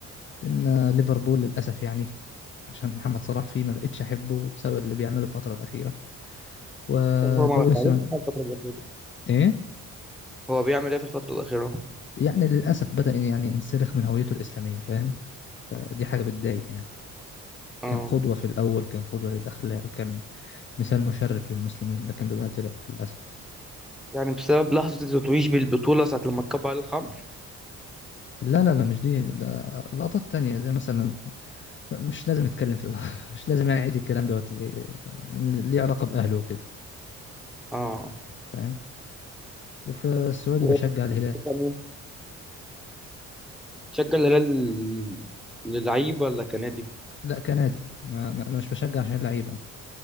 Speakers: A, on the left; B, in the centre.
A: لان آه، ليفربول للاسف يعني عشان محمد صلاح فيه ما بقتش احبه بسبب اللي بيعمله الفتره الاخيره والدوري
B: طب هو ما
A: السعودي
B: ما عملش حاجه الفتره الاخيره
A: ايه
B: هو بيعمل ايه في الفترة الأخيرة؟
A: يعني للاسف بدأ يعني ينسلخ من هويته الاسلاميه فاهم فدي حاجه بتضايق يعني
B: اه
A: كان قدوة في الأول كان قدوة للأخلاق كان مثال مشرف للمسلمين لكن دلوقتي لأ للأسف
B: يعني بسبب لحظة التتويج بالبطولة ساعة لما اتكب على الخمر
A: لا لا لا مش دي ده لقطات تانية زي مثلا مش لازم نتكلم في <laughs> مش لازم يعني أعيد الكلام دوت إيه، ليه علاقة بأهله وكده
B: اه
A: فاهم وفي السعودي
B: و-
A: بشجع الهلال
B: بتشجع مين؟ تشجع الهلال للعيبة ولا كنادي؟
A: لا كنادي ما ما- أنا مش بشجع عشان لعيب أنا